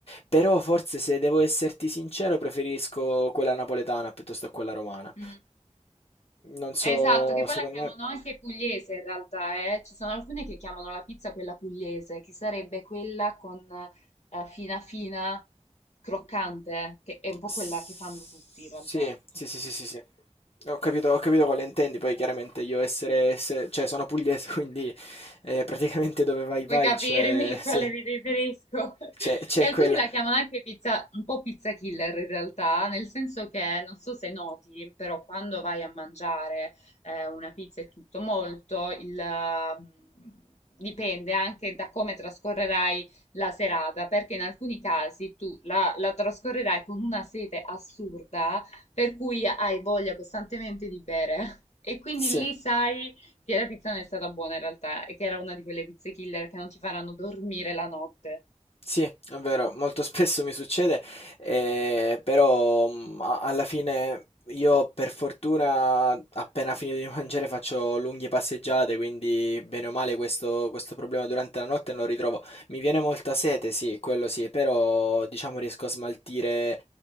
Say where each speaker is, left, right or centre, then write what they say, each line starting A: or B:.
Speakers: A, on the left (about 55°); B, on the left (about 70°).
A: Però forse se devo esserti sincero, preferisco quella napoletana piuttosto che quella romana.
B: Mm.
A: Non so,
B: Esatto, che poi
A: secondo
B: la chiamano
A: me...
B: anche pugliese in realtà, eh. Ci sono alcune che chiamano la pizza quella pugliese, che sarebbe quella con eh, fina fina, croccante, che è un po'
A: S-
B: quella che fanno tutti in
A: Sì,
B: realtà.
A: sì, sì, sì, sì, sì. Ho capito, ho capito quale intendi, poi chiaramente io essere, se- cioè sono pugliese, <laughs> quindi eh, praticamente dove vai
B: Puoi
A: vai
B: capirmi
A: c'è,
B: <laughs> quale
A: sì,
B: mi riferisco? <laughs>
A: c'è c'è
B: Che alcuni
A: quella.
B: la chiamano anche pizza, un po' pizza killer in realtà, nel senso che non so se noti, però quando vai a mangiare eh, una pizza e tutto molto, il, mm, dipende anche da come trascorrerai la serata, perché in alcuni casi tu la, la trascorrerai con una sete assurda, per cui hai voglia costantemente di bere. <laughs> E quindi
A: Sì,
B: lì sai che la pizza non è stata buona in realtà e che era una di quelle pizze killer che non ti faranno dormire la notte.
A: Sì, è vero, molto <laughs> spesso mi succede, ehm, però, mhmm, a alla fine io per fortuna appena finito di <laughs> mangiare faccio lunghe passeggiate, quindi bene o male questo questo problema durante la notte non lo ritrovo. Mi viene molta sete, sì, quello sì, però diciamo riesco a smaltire,